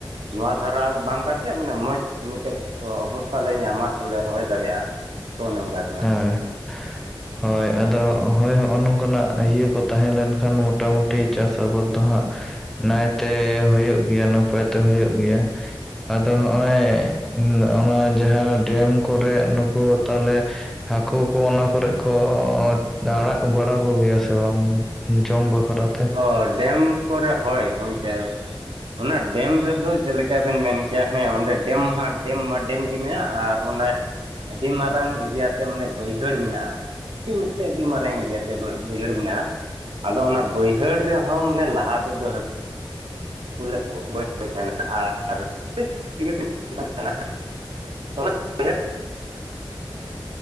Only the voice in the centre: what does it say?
ᱦᱮᱸ ᱦᱚᱭ ᱟᱫᱚ ᱦᱚᱭ ᱱᱚᱜᱼᱚᱭ ᱱᱚᱝᱠᱟᱱᱟᱜ ᱤᱭᱟᱹ ᱠᱚ ᱛᱟᱦᱮᱸ ᱞᱮᱱᱠᱷᱟᱱ ᱢᱚᱴᱟᱢᱩᱴᱤ ᱪᱟᱥ ᱟᱵᱟᱫᱽ ᱫᱚ ᱦᱟᱸᱜ ᱱᱟᱭᱛᱮ ᱦᱩᱭᱩᱜ ᱜᱮᱭᱟ ᱱᱟᱯᱟᱭ ᱛᱮ ᱦᱩᱭᱩᱜ ᱜᱮᱭᱟ ᱟᱫᱚ ᱱᱚᱜᱼᱚᱭ ᱚᱱᱟ ᱡᱟᱦᱟᱸ ᱰᱮᱢ ᱠᱚᱨᱮ ᱱᱩᱠᱩ ᱛᱟᱦᱚᱞᱮ ᱦᱟᱹᱠᱩ ᱠᱚ ᱚᱱᱟ ᱠᱚᱨᱮ ᱠᱚ ᱟᱲᱟᱜ ᱵᱟᱲᱟ ᱠᱚᱜᱮᱭᱟ ᱥᱮ ᱵᱟᱝ ᱡᱚᱢ ᱵᱟᱠᱷᱨᱟ ᱛᱮ?